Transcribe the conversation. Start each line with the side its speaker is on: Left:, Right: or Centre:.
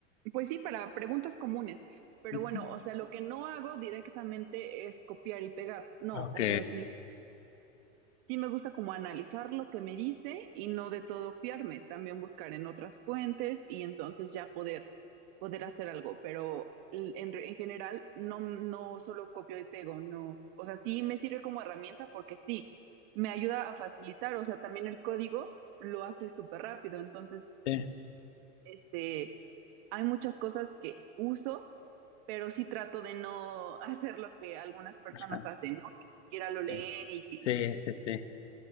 Right: pues sí, para preguntas comunes. Pero
Left: ujú.
Right: bueno, o sea, lo que no hago directamente es copiar y pegar. No,
Left: Ok.
Right: o sea, si lo Sí me gusta como analizar lo que me dice y no de todo fiarme, también buscar en otras fuentes y entonces ya poder, poder hacer algo, pero l- en, re- en general no, no solo copio y pego, no, o sea, sí me sirve como herramienta porque sí, me ayuda a facilitar, o sea, también el código lo hace súper rápido, entonces,
Left: Sí,
Right: este, hay muchas cosas que uso, pero sí trato de no <laughs> hacer lo que algunas personas
Left: ajá,
Right: hacen, ¿no? Que ni siquiera lo leen
Left: ok.
Right: y que
Left: sí, sí. sí.